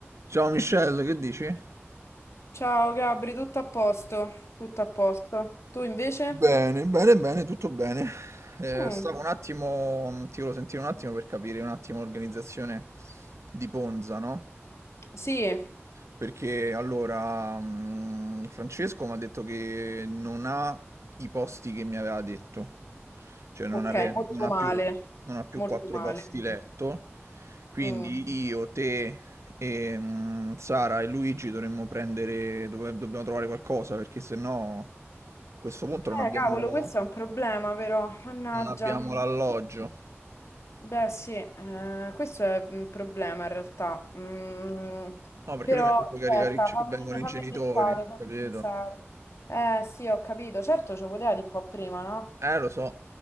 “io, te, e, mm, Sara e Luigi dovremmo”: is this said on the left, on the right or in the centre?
Right